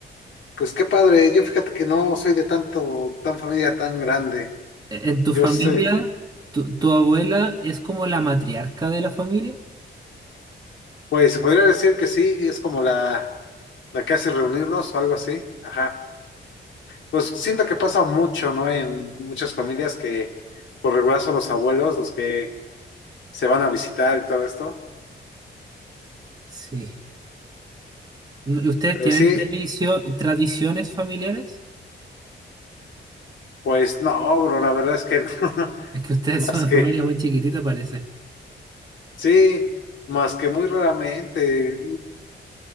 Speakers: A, on the left; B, on the right.
A: Pues qué padre. Yo fíjate que no soy de tanto, tan familia tan grande.
B: ¿En tu familia,
A: Yo soy,
B: tu, tu abuela es como la matriarca de la familia?
A: pues se podría decir que sí, es como la, la que hace reunirnos o algo así. Ajá. Pues siento que pasa mucho, ¿no? En muchas familias que por regular son los abuelos los que se van a visitar y todo esto.
B: Sí. ¿No- ¿Ustedes
A: Pero
B: tienen
A: sí,
B: tradicio- tradiciones familiares?
A: pues no, bro, la verdad es que no. <laughs>
B: Es que ustedes
A: Más
B: son una
A: que,
B: familia muy chiquitita, parece.
A: sí, más que muy raramente